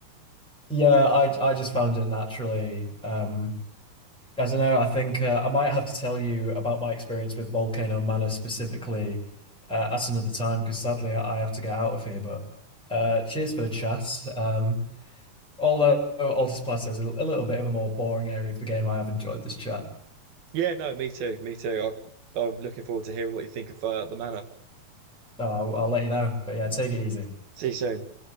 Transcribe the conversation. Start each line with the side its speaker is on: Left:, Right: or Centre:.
Centre: Yeah, I I just found it naturally. Um, I don't know. I think uh, I might have to tell you about my experience with Volcano Manor specifically uh, at another time because sadly I have to get out of here. But uh, cheers for the chat. Um, although Altus Plateau is a, a little bit of a more boring area of the game, I have enjoyed this chat.
Right: Yeah, no, me too, me too. I, I'm looking forward to hearing what you think of uh, the manor.
Centre: Uh, I'll, I'll let you know. But yeah, take it easy.
Right: See you soon.